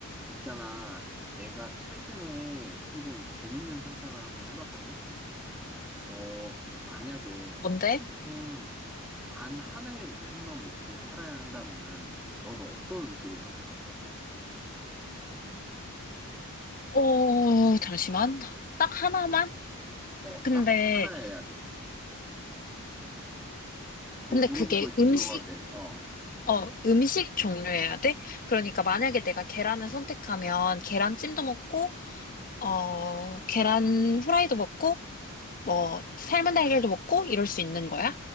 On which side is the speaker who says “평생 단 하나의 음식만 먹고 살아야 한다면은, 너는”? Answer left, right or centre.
Centre